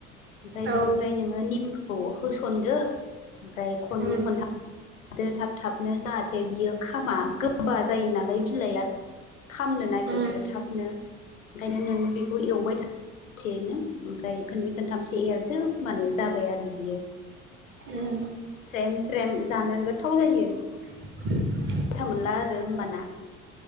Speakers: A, on the left; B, on the right.
A: ओमफ्राय
B: औ
A: बिनिफ्राय नोङो निमखौ होस'नदो । ओमफ्राय खननै
B: उम
A: खनथाम दो थाब थाबनो जाहाथे बियो खामा गोबा जायो नालाय बिलाइया । खामनो नागिरो
B: उम
A: थाबनो ओंखायनो नों बेखौ एवबाय था । एसेनो ओमफ्राय खननै खनथामसो एरदो होनोमबानो जाबाय आरो । बियो
B: उम
A: स्रेम स्रेम जानो गोथाव जायो ।
B: <inaudible>
A: था मोनला आरो होमबाना ।